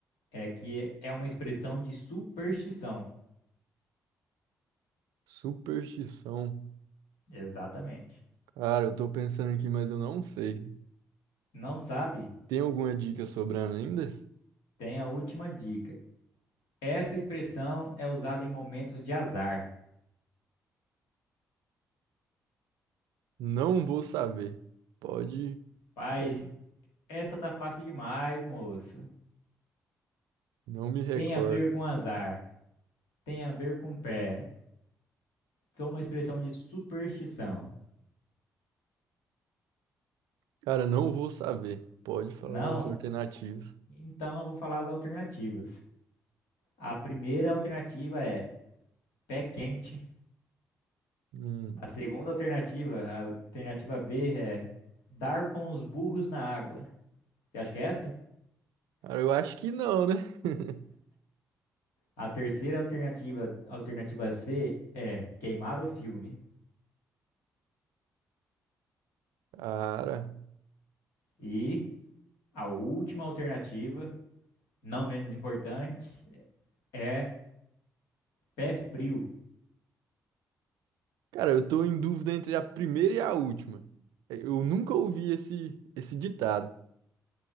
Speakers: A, on the left; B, on the right.
A: É que é uma expressão de superstição.
B: Superstição.
A: Exatamente.
B: Cara, eu tô pensando aqui, mas eu não sei.
A: Não sabe?
B: Tem alguma dica sobrando ainda?
A: Tem a última dica. Essa expressão é usada em momentos de azar.
B: Não vou saber. Pode
A: Paz,
B: falar.
A: essa tá fácil demais, moço.
B: Não me recordo.
A: Tem a ver com azar. Tem a ver com pé. Sou uma expressão de superstição.
B: Cara, não vou saber. Pode falar
A: Não?
B: as alternativas.
A: Então eu vou falar as alternativas. A primeira alternativa é pé quente.
B: Hum.
A: A segunda alternativa, a alternativa B, é dar com os burros na água. Você acha que é essa?
B: Cara, eu acho que não, né? <laughs>
A: A terceira alternativa, alternativa C é queimar o filme.
B: Cara.
A: E a última alternativa, não menos importante, é pé frio.
B: Cara, eu tô em dúvida entre a primeira e a última. Eu nunca ouvi esse, esse ditado.